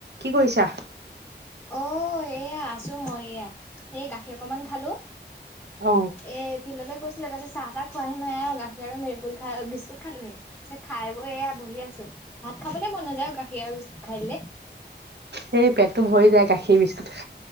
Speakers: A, on the right; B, in the centre.
A: কি কৰিছা?
B: অ এয়া আছো মই এয়া, সেই গাখীৰ অকমান খালো।
A: অ।
B: এই ফিল্ডলৈ কৈছিলো তাৰপিছ চাহ-তাহ খোৱাহে নাই আৰু গাখীৰ আৰু মেগুল খাই বিস্কুট খালোহি। খাই-বোই এয়া বহি আছো, ভাত খাবলে নাযায় গাখীৰ আৰু বিস্কুট খাই দিলে।
A: সেই পেটটো ভৰি যায় গাখীৰ বিস্কুটত